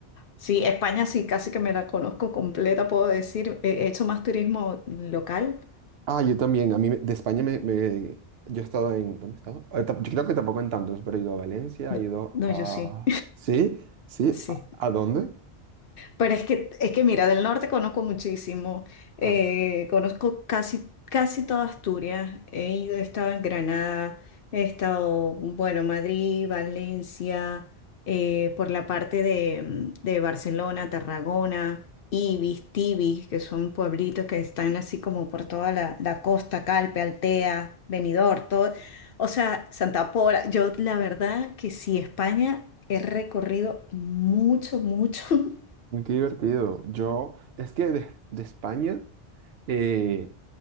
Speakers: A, on the left; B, on the right.
A: Sí, España sí, casi que me la conozco completa, puedo decir. He he hecho más turismo local.
B: Ah, yo también. A mí me- de España me, me- Yo he estado en... ¿Dónde he estado? Eh, tam- Yo creo que tampoco en tantos, pero he ido a Valencia,
A: No,
B: he ido
A: no,
B: a...
A: yo sí,
B: ¿Sí? ¿Sí?
A: <laughs>
B: ¿A,
A: sí.
B: a dónde?
A: Pero es que, es que mira, del norte conozco muchísimo, eh,
B: Ah.
A: conozco casi, casi toda Asturias, he ido, he estado en Granada, he estado, bueno, Madrid, Valencia, eh, por la parte de, mm, de Barcelona, Tarragona, Ibis, Tibis, que son pueblitos que están así como por toda la, la costa, Calpe, Altea, Benidorm, todo, o sea, Santa Pola, yo la verdad que sí, España he recorrido mucho, mucho. <laughs>
B: Uy, Qué divertido. Yo, es que de, de España eh,